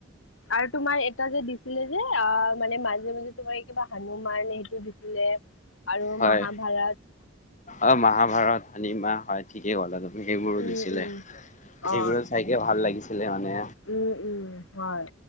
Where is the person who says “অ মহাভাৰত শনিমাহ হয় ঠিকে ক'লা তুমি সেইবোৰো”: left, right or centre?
Left